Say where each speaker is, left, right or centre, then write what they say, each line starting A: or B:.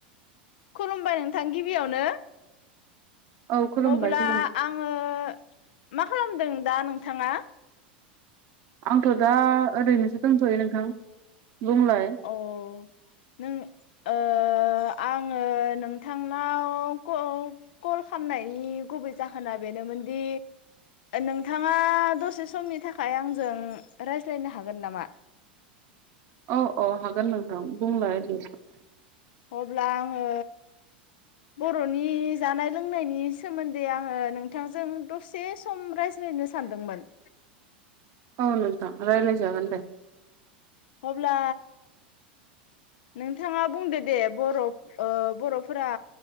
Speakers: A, on the left (about 70°); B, on the right (about 50°).
A: खुलुमबाय नोंथां गिबियावनो।
B: औ खुलुमबाय
A: अब्ला
B: खुलुमबाय
A: आङो मा? खालामदों दा नोंथाङा?
B: आंथ' दा ओरैनोसो दंथयो नोंथां। बुंलाय
A: अ नों ओ ओ आङो नोंथांनाव क कल खालामनायनि गुबै जाहोना बेनोमोनदि नोंथाङा दसे समनि थाखाय आंजों रायज्लायनो हागोन नामा?
B: औ औ हागोन नोंथां बुंलाय दे।
A: अब्ला आङो बर'नि जानाय लोंनायनि सोमोन्दै आङो नोंथांजों दसे सम रायज्लायनो सानदोंमोन।
B: औ नोथां रायलाय जागोन दे।
A: अब्ला नोंथाङा बुंदो दे बरफ ओ बर'फोरा